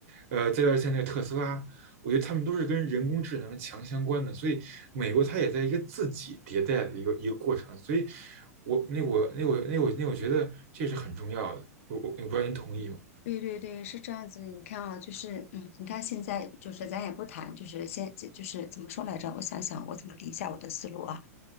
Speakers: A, on the right (about 50°); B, on the left (about 55°).
A: 呃，再到像那个特斯拉。我觉得他们都是跟人工智能强相关的，所以美国它也在一个自己迭代的一个一个过程，所以我那我那我那我那我觉得这是很重要的，我我我不知道您同意吗？
B: 对对对，是这样子。你看啊，就是嗯，你看现在就是咱也不谈，就是先就是怎么说来着？我想想，我怎么理一下我的思路啊？